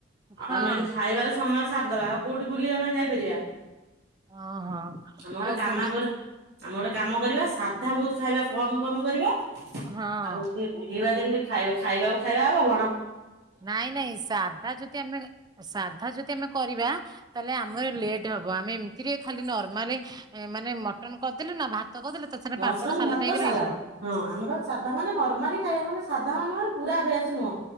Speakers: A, on the right; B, on the right.
A: ଆଉ
B: ହଁ
A: ଆମେ ଏତ ଖାଇବାର ସମସ୍ତ ସାରିଦବା ଆଉ କୋଉଠି ବୁଲିବା ପାଇଁ ଯାଇପାରିବା
B: ଓ ହୋ
A: ଆମେ ଗୋଟେ
B: ଆଉ
A: କାମ
B: ଗୁଣ୍ଡିଚା
A: କର ଆମେ ଗୋଟେ କାମ କରିବା ସାଧା ବହୁତ ଖାଇବା କମ କମ କରିବା
B: ହଁ।
A: ଆଉ ଟେ ବୁଲିବା ଯେମିତି ଖାଇବା ଖାଇବାକୁ ଖାଇବ
B: ନାଇଁ ନାଇଁ ସାଧା ଯଦି ଆମେ ସାଧା ଯଦି ଆମେ କରିବା। ତାହେଲେ ଆମର ଲେଟ୍ ହବ ଆମେ ଏମିତିରେ ଖାଲି ନର୍ମାଲ ମାନେ ମଟନ କରିଦେଲେ ନା ଭାତ କରିଦେଲେ ତା ସାଙ୍ଗରେ
A: ମଟନ୍,
B: ପାମ୍ପଡ ସାଲାଟ
A: ଭାତ,
B: ହେଇଗଲେ
A: ସାଲାଡ
B: ହେଇଯିବ।
A: ହଁ ଆମେ ସାଧା ମାନେ ନର୍ମାଲି ଖାଇବା ମାନେ ସାଧା ମାନେ ପୁରା ଭେଜ ନୁହଁ।